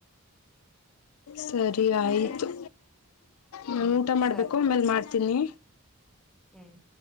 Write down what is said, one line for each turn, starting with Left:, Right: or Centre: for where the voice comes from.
Left: ಸರಿ ಆಯ್ತು.
Centre: ಮತ್ತೆ
Left: ನಾ
Centre: ಹ್ಮ್
Left: ಊಟ ಮಾಡ್ಬೇಕು
Centre: ಸರಿ
Left: ಆಮೇಲ್ ಮಾಡ್ತೀನಿ.
Centre: ಹ್ಮ್.